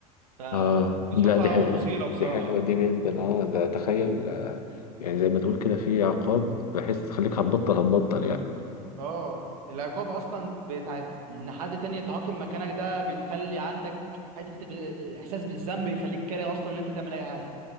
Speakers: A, on the right (about 75°); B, on the left (about 85°).
A: ف
B: اه
A: قصصها
B: لا دي ح-
A: ومثيره بصراحه
B: دي حلوة دي جدا اه ده تخيل آه، يعني زي ما تقول كده في عقاب بحس تخليك هتبطل هتبطل يعني
A: اه العقاب اصلا بتاعت ان حد تاني يتعاقب مكانك ده بتخلي عندك حته ب- احساس بالذنب يخليك كاره اصلا ان انت تعمل اي حاجه